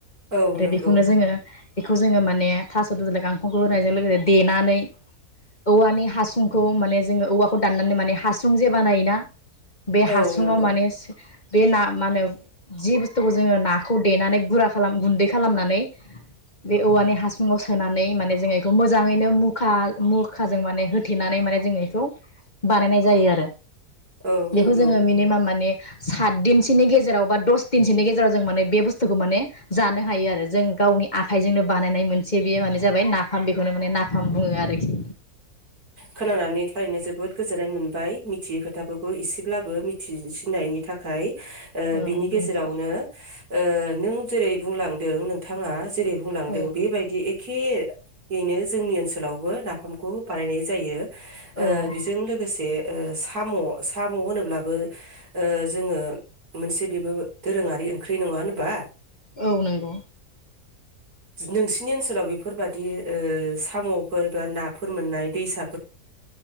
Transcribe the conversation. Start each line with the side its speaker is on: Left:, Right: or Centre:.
Right: औ
Left: आरो
Right: नंगौ
Left: बेखौनो जोङो बेखौ जोङो माने थास' दुदालि गांखंखौ होनायजों लोगोसे देनानै औवानि हासुंखौ माने जोङो औवाखौ दाननानै माने हासुं जे बानायोना? बे
Right: औ
Left: हासुङाव
Right: नंगौ
Left: माने बे ना मा होनो जि बुस्थुखौ जोङो नाखौ देनानै गुरा खालाम गुन्दै खालामनानै बे औवानि हासुाव सोनानै माने जोङो बेखौ मोजाङैनो मुखा मुखाजों माने होथेनानै माने जोङो बेखौ बानायनाय जायो आरो।
Right: औ
Left: बेखौ
Right: नंगौ
Left: जोङो मिनिमाम माने सात दिनसोनि गेजेराव बा दस दिनसोनि गेजेराव जों माने बे बुस्थुखौ माने जानो हायो आरो जों गावनि आखाइजोंनो बानायनाय मोनसे बे माने जाबाय नाफाम बेखौनो माने नाफाम बुङो आरोखि।
Right: खोनानानै थारैनो जोबोद गोजोननाय मोनबाय मिथियै खोथाफोरखौ एसेब्लाबो मिथिसिनायनि थाखाय। ओ
Left: औ
Right: बिनि गेजेरावनो
Left: नंगौ
Right: ओ नों जेरै बुंलांदों नोंथाङा जेरै बुंलांदों
Left: औ
Right: बेबायदि एख खेयैनो जोंनि ओनसोलावबो नाफामखौ बानायनाय जायो। ओ
Left: औ
Right: बेजों लोगोसे ओ साम' साम' होनोब्लाबो ओ जोङो मोनसे बेबो दोरोङारि ओंख्रि नङा होनबा?
Left: औ नोंगौ।
Right: जि‌ नोंसिनि ओनसोलाव बेफोरबादि ओ साम'फोर बा नाफो फोर मोननाय दैसा